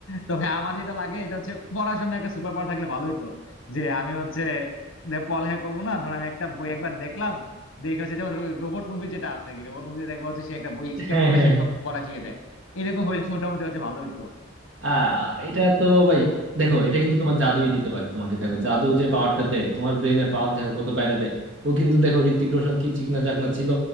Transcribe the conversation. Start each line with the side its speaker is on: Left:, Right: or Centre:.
Left: তবে আমার যেটা লাগে এটা হচ্ছে পড়াশোনায় একটা সুপার পাওয়ার থাকলে ভালোই তো যে আমি হচ্ছে যে পড়ালেখা করবো না ধর আমি একটা বই একবার দেখলাম দেখে হচ্ছে যেমন রোবট মুভি যেটা আছে কি রোবট মুভিতে দেখবো হচ্ছে সে একটা বই স্ক্যান
Right: হ্যাঁ
Left: করে
Right: হ্যাঁ
Left: সে সব পড়া শিখে যায় এরকম হইলে মোটামুটি হচ্ছে ভালোই তো
Right: আহ এটা তো ভাই দেখো এটা কিন্তু তোমার জাদুই দিতে পারে তোমাকে দেখো জাদু যে পাওয়ারটা দেয় তোমার ব্রেনের পাওয়ার দেখো কত বাইরে যায় ও কিন্তু দেখো ঋত্বিক রোশন কি চিকনা চাকনা ছিল